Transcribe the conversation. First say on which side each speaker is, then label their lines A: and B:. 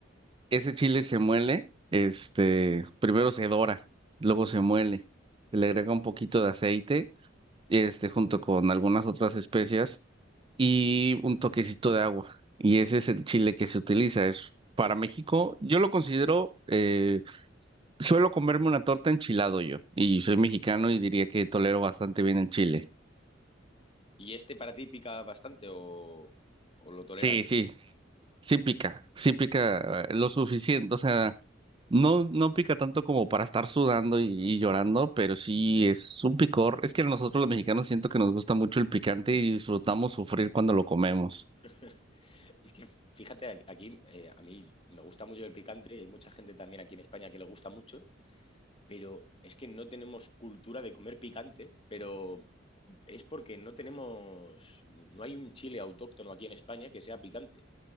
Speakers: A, on the right; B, on the left.
A: Ese chile se muele, este, primero se dora, luego se muele, se le agrega un poquito de aceite, este, junto con algunas otras especias. y un toquecito de agua. Y ese es el chile que se utiliza. Es para México, yo lo considero, eh, suelo comerme una torta enchilado yo, y soy mexicano y diría que tolero bastante bien el chile.
B: ¿Y este para ti pica bastante o, o lo toleras
A: Sí,
B: bien?
A: sí, sí pica, sí pica eh, lo suficiente, o sea, no, no pica tanto como para estar sudando y, y llorando, pero sí es un picor. Es que nosotros los mexicanos siento que nos gusta mucho el picante y disfrutamos sufrir cuando lo comemos.
B: <laughs> Es que fíjate, aquí aquí, eh, a mí me gusta mucho el picante, y hay mucha gente también aquí en España que le gusta mucho, pero es que no tenemos cultura de comer picante, pero es porque no tenemos, no hay un chile autóctono aquí en España que sea picante.